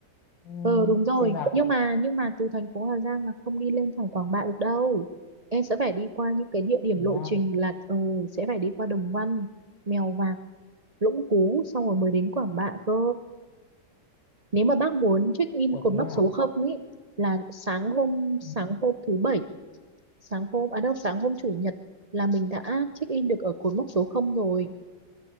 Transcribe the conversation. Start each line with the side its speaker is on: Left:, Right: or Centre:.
Left: Ừ,
Right: Ờ đúng rồi
Left: xem nào
Right: nhưng mà nhưng mà từ thành phố Hà Giang là không đi lên thẳng Quảng Bạ được đâu em sẽ phải đi qua những cái địa điểm
Left: thế
Right: lộ
Left: à
Right: trình là ờ sẽ phải đi qua Đồng Văn Mèo Vạc Lũng Cú xong rồi mới đến Quảng Bạ cơ nếu mà bác muốn check in
Left: ủa
Right: cột
Left: thế
Right: mốc
Left: à
Right: số không ấy là sáng hôm sáng
Left: ừ.
Right: hôm thứ bảy sáng hôm à đâu sáng hôm chủ nhật là mình đã check in được ở cột mốc số không rồi